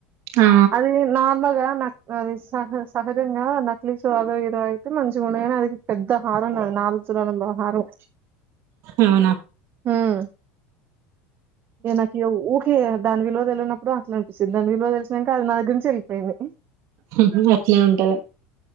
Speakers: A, on the right; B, on the right.
A: ఆ
B: అది నాబ <inaudible> నక్ అది సహ సహజంగా నకిలీ స్వాదో ఏదో అయితే మంచిగుండయని నాదిగ్గి పెద్దహారం నాది నాలుగు తులాల బ హారం
A: అవునా
B: మ్మ్ ఏ నాకిగ ఊకె దాని విలువ దెలవనప్పుడు అట్లనిపిస్తుంది దాని విలువ తెలిసినంక అది నాదగ్గర్ నుంచి ఎల్పోయింది.
A: మ్మ్ హు అట్నే ఉంటది.